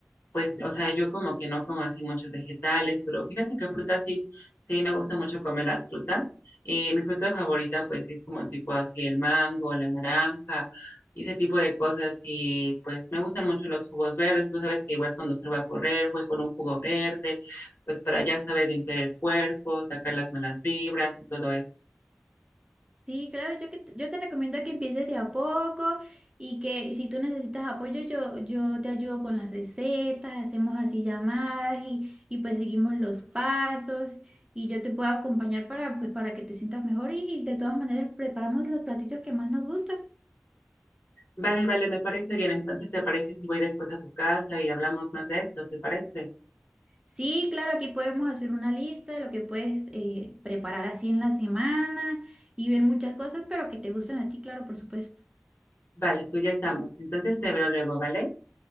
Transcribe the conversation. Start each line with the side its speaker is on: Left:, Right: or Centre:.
Left: pues, o sea, yo como que no como así muchos vegetales, pero fíjate que frutas sí, sí me gusta mucho comer las frutas. Eh, mi fruta favorita, pues, sí es como tipo así el mango, la naranja, y ese tipo de cosas. Y pues me gustan mucho los jugos verdes. Tú sabes que igual cuando salgo a correr, voy con un jugo verde, pues para ya sabes limpiar el cuerpo, sacar las malas vibras y todo eso.
Right: Sí, claro, yo, que t- yo te recomiendo que empieces de a poco y que si tú necesitas apoyo, yo, yo te ayudo con las recetas, hacemos así llamadas y, y pues seguimos los pasos y yo te puedo acompañar para, pues, para que te sientas mejor y de todas maneras preparamos los platillos que más nos gustan.
Left: Vale, vale, me parece bien. Entonces, ¿te parece si voy después a tu casa y hablamos más de esto? ¿Te parece?
Right: Sí, claro, aquí podemos hacer una lista de lo que puedes eh, preparar así en la semana y ver muchas cosas, pero que te gusten a ti, claro, por supuesto.
Left: Vale, pues ya estamos. Entonces te veo luego, ¿vale?